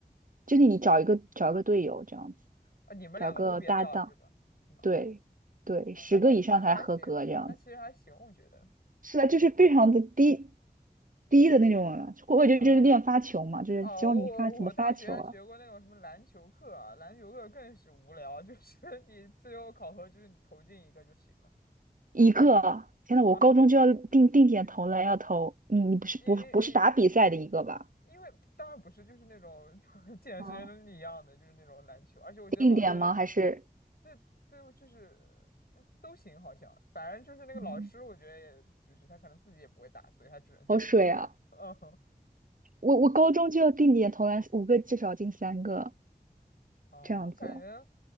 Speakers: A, on the right (about 55°); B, on the left (about 70°).
A: 就是你找一个找一个队友这样子，
B: 啊，你们两个都别掉是吧？
A: 找个搭档，
B: 是吗？
A: 对对，
B: 啊，
A: 十个以上才合格这样子。
B: 那那其实还行，那其实还行，我觉得。
A: 是啊，就是非常的低低的那种了。我觉得就是练发球嘛，
B: 嗯，
A: 就是教你发怎么发球啊。
B: 哦，我我大学还学过那种什么篮球课啊，篮球课更是无聊，就是 <laughs> 你最后考核就是你投进一个就行了。
A: 一个，天呐，我高中就要定定点投篮，
B: 啊，
A: 要投你你不是不不是打比赛的一个吧？
B: 因因因因为当然不是，就是那种 <laughs> 健身一样的，
A: 啊，
B: 就是那种篮球，而且我觉得老师
A: 定点吗？还是
B: 对对就是呃都行，好像反正就是那个老师，
A: 嗯，
B: 我觉得也就是他可能自己也不会打，所以他只能教什么的。
A: 好水啊？
B: <laughs> 嗯，
A: 我我高中就要定点投篮五个，至少进三个
B: 哦，
A: 这样子。
B: 我感觉